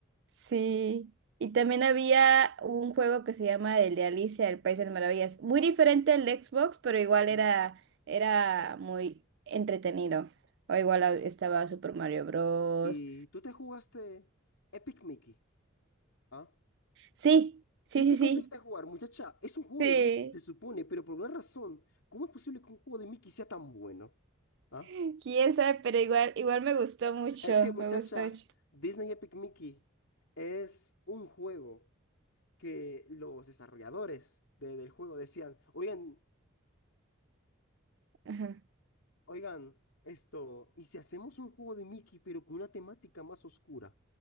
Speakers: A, on the right; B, on the left.
A: Sí, y también había un juego que se llama el de Alicia, el País de las Maravillas. Muy diferente al de Xbox, pero igual
B: Ok.
A: era, era muy entretenido. O igual hab- estaba Super Mario Bros.
B: Y tú te jugaste Epic Mickey, ¿ah?
A: Sí, sí,
B: Si te
A: sí,
B: conseguiste
A: sí.
B: jugar, muchacha, es un juego
A: Sí.
B: de Mickey, se supone, pero por una razón, ¿cómo es posible que un juego de Mickey sea tan bueno? ¿Ah?
A: <laughs> Quién sabe, pero igual, igual me gustó mucho.
B: Es que, muchacha,
A: Me gustó mucho.
B: Disney Epic Mickey es un juego que los desarrolladores de- del juego decían, oigan,
A: Ajá.
B: Oigan, esto, ¿y si hacemos un juego de Mickey pero con una temática más oscura?